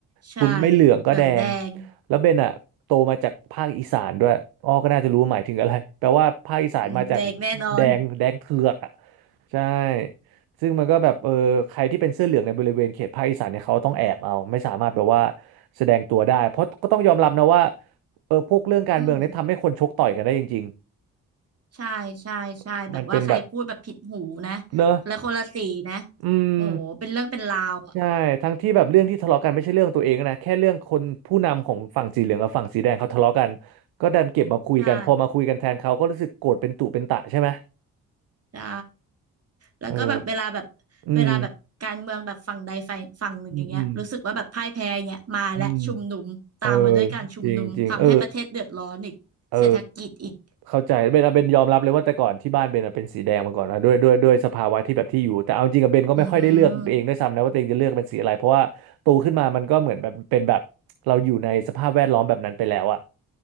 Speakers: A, on the right; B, on the right.
A: ใช่
B: คุณไม่เหลืองก็แดง
A: เหลืองแดง
B: แล้วเบนอะโตมาจากภาคอีสานด้วยอ้อก็น่าจะรู้หมายถึงอะไรแปลว่าภาคอีสานมาจาก
A: <laughs> แดงแน่นอน
B: แดงแดงเถือกอะใช่ซึ่งมันก็แบบเออใครที่เป็นเสื้อเหลืองในบริเวณเขตภาคอีสานเนี่ยเขาต้องแอบเอาไม่สามารถแบบว่าแสดงตัวได้เพราะก็ต้องยอมรับนะว่าเออพวกเรื่องการเมืองเนี่ยทำให้คนชกต่อยกันได้จริง
A: อืมใช่ใช่ใช่แบบว่าใครพูดแบบผิดหูนะ
B: ๆมันเป็นแบบเนอะ
A: แล้วคนละสีนะ
B: อืม
A: โอ้โหเป็นเรื่องเป็นราวอ่ะ
B: ใช่ทั้งที่แบบเรื่องที่ทะเลาะกันไม่ใช่เรื่องตัวเองนะแค่เรื่องคนผู้นำของฝั่งสีเหลืองกับฝั่งสีแดงเขาทะเลาะกันก็ดันเก็บมาคุยกันพอมาคุยกันแทนเขาก็รู้สึกโกรธเป็นตุเป็นตะใช่ไหม
A: ใช่ใช่แล้วก็แบบเวลาแบบ
B: เอออืม
A: เวลาแบบการเมืองแบบฝั่งใดฝ่ายฝั่งหนึ่งอย่างเงี้ยรู้สึกว่าแบบพ่ายแพ้อย่างเงี้ยมาและชุมนุมตามมาด้วยการชุมนุมทำให้ประเทศเดือดร้อนอีกเศรษฐกิจอีก
B: อืมอืมอืมเออจริงจริงเออเออเข้าใจเบนอะเบนยอมรับเลยว่าแต่ก่อนที่บ้านเบนอะเป็นสีแดงมาก่อนนะด้วยด้วยด้วยสภาวะที่แบบที่อยู่แต่เอาจริงกับเบนก็ไม่ค่อยได้เลือกเองด้วยซ้ำนะว่าตัวเองจะเลือกเป็นสีอะไรเพราะว่าโตขึ้นมามันก็เหมือนแบบเป็นแบบเราอยู่ในสภาพแวดล้อมแบบนั้นไปแล้วอะ
A: อืม